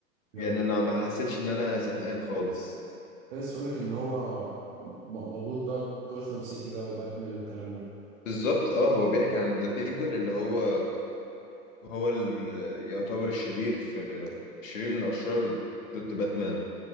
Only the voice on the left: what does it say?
يعني انا ما حسيتش ان انا زهقان خالص
بالظبط اه هو بيحكي عن ذا بينجوين اللي هو هو ال- يعتبر الشرير في الشرير من اشرار ضد باتمان